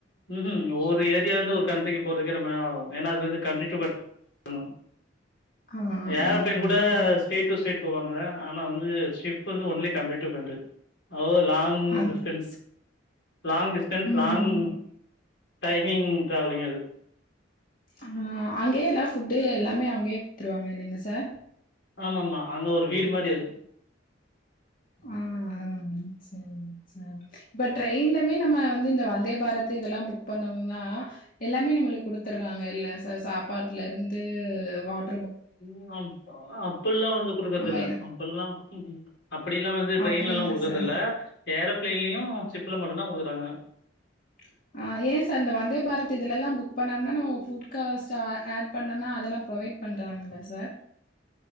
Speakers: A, on the left; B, on the left.
A: ம்ஹும் ஒரு ஏரியாவுலருந்து ஒரு கண்ட்ரிக்கு போறதுக்கே ரொம்ப நேராகு ஏன்னா அது வந்து கண்ட்ரி ட்டூ <unintelligible>
B: ஆ
A: ஏரோப்ளேயின்
B: ஆமாங்க
A: கூட
B: சார்
A: ஸ்டேட்டு டேட்டு போவாங்க அனா வந்து ஷிப்பு வந்து ஒன்லி கண்ட்ரி டு கண்ட்ரி அவ்லோவு லாங்
B: ஆமா
A: டிஸ்டன்ஸ் லாங் டிஸ்டன்ஸ்
B: ம்
A: லாங் டைமிங் ட்ராவலிங் அது
B: ஆ அங்கேயே எல்லா ஃபுட்டு எல்லாமே அங்கேயே குடுத்துருவாங்க இல்லைங்க சார்
A: ஆமா ஆமா அங்க ஒரு வீடு மாரி இருக்
B: ம் ம் செரிங் சார் இப்ப டெயின்லேமே நம்ம வந்து இந்த வந்தே பாரத் இதெல்லா புக் பண்ணோம்னா எல்லாமே ஏ நம்முளுக்கு குடுத்தர்றாங்கல்ல சார் சாப்பாட்லருந்து வாட்
A: ம் அப் அப்பில்லா வந்து குடுக்கறதில்ல
B: நம்ம என்ன
A: அப்பில்லா ம் ம் அப்பிடிலா வந்து ட்ரெயின்லெலா
B: அப்டிங்களா
A: குடுக்கறதில்ல
B: சார்
A: ஏரோபிளேன்லேயு சிப்ல மட்டு தா குடுக்குறாங்க
B: <unintelligible> அ ஏன் சார் இந்த வந்தே பாரத் இதுலெல்லா புக் பண்ணம்னா நம் ஃபுட் காஸ்டா ஆ ஆட் பண்ணோனா அதெல்லா ப்ரொவைட் எ பண்றாங்களா சார்